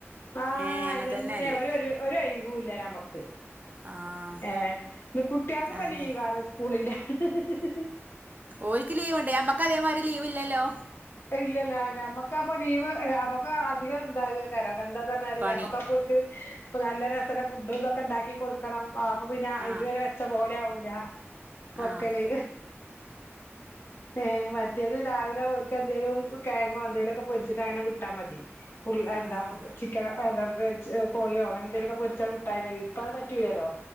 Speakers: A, on the left; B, on the right.
A: ആഹ്
B: ഏഹ് അങ്ങനെ
A: ഇതന്നെ
B: തന്നെയല്ലേ
A: ഒരു ഒരു ഒരു ഒഴിവൂല്ല നമക്ക്
B: ആഹ്
A: ഏഹ് കുട്ടികൾക്ക് ഇപ്പോൾ
B: അതന്നെ
A: ലീവാണ് സ്കൂളില്ല ഹ ഹ
B: ഒരിക്ക് ലീവുണ്ട് നമ്മക്ക് അതേമാതിരി ലീവ് ഇല്ലല്ലോ
A: ഇല്ലല്ല ഞമ്മക്ക അപ്പൊ ലീവ് നമുക്ക് അധികം ഉണ്ടാകുക കരം എന്താഞ്ഞാല്
B: പണി
A: നമുക്കപ്പോക്ക് എല്ലാ നേരത്തിനും ഫുഡ് ഇതൊക്കെ ഉണ്ടാക്കി കൊടുക്കണം ആ അപ്പൊ പിന്നെ
B: ആഹ്
A: ഇതുവരെ വെച്ച പോലെ ആവൂല വെക്കല്
B: ആഹ്
A: ഏ മറ്റേത് രാവിലെ പോലെ കിഴങ്ങോ എന്തെങ്കലുമൊക്കെ പൊരിച്ചിട്ട് അങ്ങനെ വിട്ടാൽ മതി എന്താ
B: ആഹ്
A: ചിക്കനോ എന്താ കോഴിയോ അങ്ങനെ എന്തെിലുമൊക്കെ പൊരിച്ചാൽ വിട്ട ഇപ്പ അത് പറ്റൂലല്ലോ